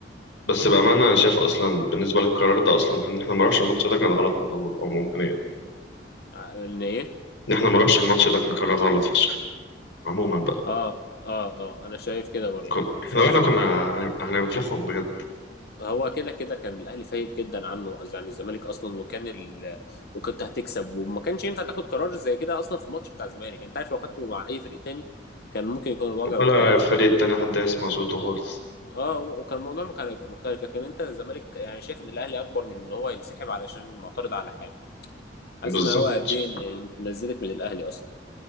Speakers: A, on the left (about 85°); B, on the left (about 60°).
A: بس بأمانة أنا شايف أصلا بالنسبة للقرار ده أصلا إن إحنا ما نروحش الماتش ده كان غلط من الأول عموما يعني
B: ع- ان ايه
A: إن إحنا ما نروحش الماتش ده كان قرار غلط فشخ عموما بقى
B: اه اه اه انا شايف كده برضو
A: كن... إحنا
B: شايف
A: وإحنا
B: ان
A: كنا
B: ال
A: هن- هننفخهم بجد
B: هو كده كده كان الاهلي فايق جدا عنه قصدي عن الزمالك اصلا وكان ال... وكنت هتكسب وما كانش ينفع تاخد قرار زي كده اصلا في الماتش بتاع الزمالك يعني انت عارف لو خدته مع اي فريق تاني كان ممكن يكون الوضع
A: ولا
B: مختلف
A: الفريق التاني حد يسمع صوته خالص
B: اه وكان الموضوع كان هيبقى مختلف لكن انت الزمالك يعني شايف ان الاهلي اكبر من ان هو ينسحب علشان معترض على حاجه حاسس
A: بالظبط
B: ان هو قد ايه إن- نزلت من الاهلي اصلا